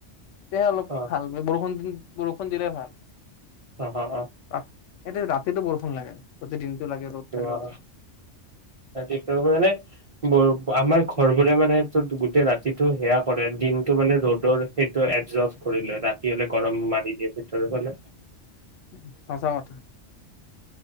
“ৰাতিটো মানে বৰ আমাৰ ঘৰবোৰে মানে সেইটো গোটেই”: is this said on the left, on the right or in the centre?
Right